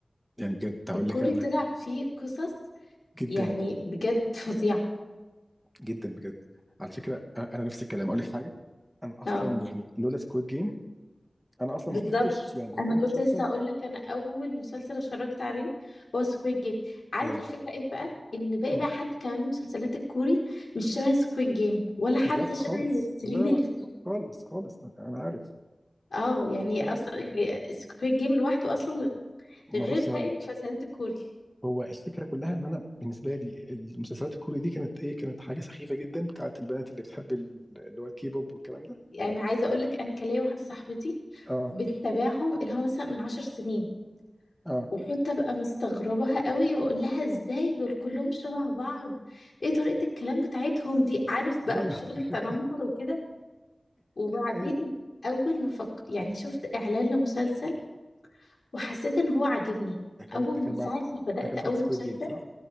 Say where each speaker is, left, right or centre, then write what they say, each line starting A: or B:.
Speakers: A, in the centre; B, on the left.
A: يعني بجد هقول
B: الكوري
A: لك انا
B: طلع فيه قصص
A: جدا
B: يعني بجد فظيعة
A: جدا بجد على فكره أ- انا نفس الكلام اقول لك حاجه انا اصلا
B: اه
A: يعني لولا سكواد جيم انا اصلا
B: بالظبط
A: ما كنتش يعني ما
B: انا
A: كنتش
B: كنت
A: اصلا
B: لسه اقول لك انا اول مسلسل اتفرجت عليه هو سكويد جيم عارف
A: ايوه
B: الفكرة ايه بقى ان باقي
A: مم.
B: بقى حتى كمان المسلسلات الكوري مش شبه سكويد جيم ولا حتى
A: بالظبط
B: شبه
A: خالص
B: الممثلين
A: لا
B: اللي
A: لا
B: فيه
A: لا خالص خالص انا عارف
B: اه يعني
A: انا
B: اصلا يعني سكويد جيم لوحده اصلا
A: ما
B: غير
A: بصي
B: باقي
A: هقول لك
B: المسلسلات الكوري
A: هو الفكره كلها ان انا بالنسبه لي المسلسلات الكوري دي كانت ايه كانت حاجه سخيفه جدا بتاعت البنات اللي بتحب ال- اللي هو الكي بوب والكلام ده
B: يعني عايزه اقول لك انا كان ليا واحده صاحبتي
A: اه
B: بتتابعهم اللي هو مثلا من عشر سنين
A: اه
B: وكنت ابقى مستغربها قوي واقول لها ازاي دول كلهم شبه بعض ايه طريقه الكلام بتاعتهم دي عارف بقى
A: ايوه
B: في شغل
A: <laughs>
B: التنمر وكده وبعدين
A: ايوه
B: اول ما فك... يعني شفت اعلان لمسلسل وحسيت ان هو عاجبني
A: ده كان
B: اول
A: ده
B: من
A: كان
B: ساعه
A: بعد
B: ما بدات
A: ده كان
B: اول
A: بعد سكويد
B: مسلسل
A: جيم صح